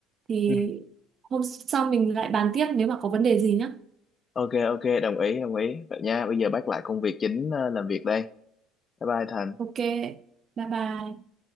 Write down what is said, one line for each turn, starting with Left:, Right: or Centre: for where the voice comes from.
Right: Thì
Left: Ừ.
Right: hôm sau mình lại bàn tiếp nếu mà có vấn đề gì nhá.
Left: ok ok đồng ý đồng ý vậy nha bây giờ bác lại công việc chính ờ, làm việc đây bye bye Thành
Right: Ok, bye bye.